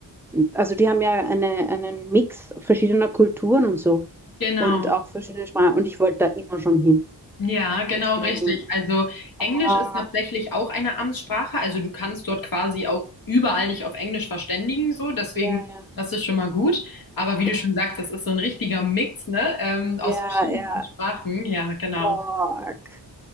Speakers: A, in the centre; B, on the left.
A: also die haben ja eine, einen Mix verschiedener Kulturen und so
B: Genau.
A: und auch verschiedene Sprachen. Und ich wollte da immer schon hin.
B: Ja, genau
A: Deswegen.
B: richtig. Also, Englisch
A: Oh,
B: ist tatsächlich auch eine Amtssprache. Also, du kannst dort quasi auch überall dich auf Englisch verständigen, so. Deswegen,
A: ja, ja,
B: das ist schon mal gut. Aber wie du
A: ja,
B: schon sagst, das ist so ein richtiger Mix, ne? Ähm, aus
A: ja,
B: verschiedenen
A: ja.
B: Sprachen. Ja, genau.
A: Oh, k-